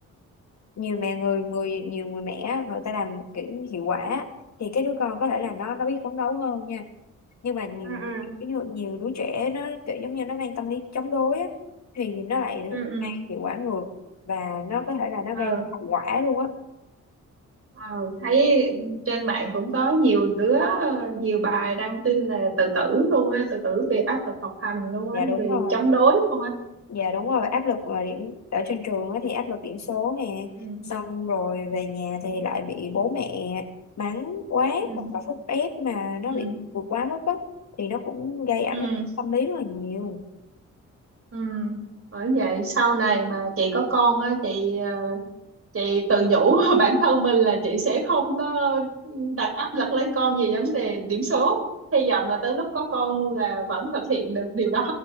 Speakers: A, on the left; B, on the right.
A: nhiều mẹ người người nhiều người mẹ người ta làm kiểu như hiệu quả thì cái đứa con có thể là nó nó biết phấn đấu hơn nha nhưng mà nhiều
B: ừ
A: ví dụ nhiều đứa trẻ nó kiểu giống như nó mang tâm lý chống đối á thì nó lại
B: Ừ ừ.
A: gây hiệu quả ngược và nó có thể là nó
B: Ừ.
A: gây hậu quả luôn á
B: Ừ, thấy trên mạng cũng có nhiều đứa nhiều bài đăng tin là tự tử luôn á tự tử vì áp lực học hành luôn
A: dạ
B: á
A: đúng
B: vì
A: rồi
B: chống đối luôn á
A: Dạ đúng rồi, áp lực mà điểm ở trên trường á thì áp lực điểm số nè,
B: ừ
A: xong rồi về nhà thì lại bị bố mẹ mắng quá
B: ừ
A: hoặc là thúc ép mà nó
B: ừ
A: bị vượt quá mức á thì nó cũng gây ảnh
B: ừ
A: hưởng tâm lý rất là nhiều.
B: ừ bởi vậy sau này mà chị có con á chị ờ, chị tự nhủ <laughs> bản thân mình là chị sẽ không có đặt áp lực lên con về vấn đề điểm số hy vọng là tới lúc có con là vẫn thực hiện được điều đó